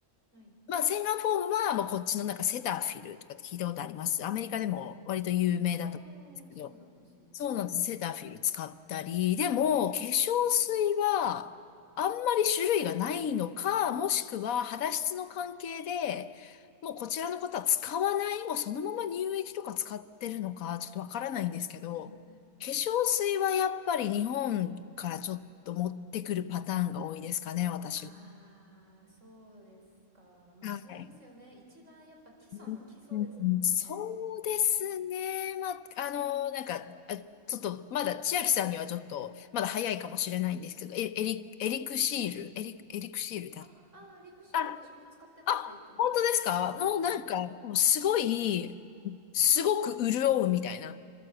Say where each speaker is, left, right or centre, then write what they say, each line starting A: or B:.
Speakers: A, on the right (about 60°); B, on the left (about 80°).
A: はい。
B: まあ、洗顔フォームは、もうこっちのなんかセタフィルとかって聞いたことあります。アメリカでも割と有名だと思うんですけど。
A: ああー、そうなんですね。
B: そうなんです。
A: 聞いたことない。
B: セタフィル使ったり。でも、化粧水は、あんまり種類がないのか、もしくは肌質の関係で、もうこちらの方は使わない、もうそのまま乳液とか使ってるのか、ちょっとわからないんですけど、
A: うん。
B: 化粧水はやっぱり日本からちょっと持ってくるパターンが多いですかね、私。
A: ああ、そうですか。まあそうですよね。
B: はい
A: 一番やっぱ基礎の基礎ですもんね。
B: うんそうですね。まあ、
A: うー
B: あの、なんか、
A: ん。
B: あちょっと、まだ、千秋さんにはちょっと、まだ早いかもしれないんですけど、エエリ、エリクシール、エリ、エリクシールだ。
A: あ、ああ、リクシル私も使ってました、
B: あ、あ、
A: 一時。
B: 本当ですかの、なんか、
A: はい。
B: もうすごい、すごく潤うみたいな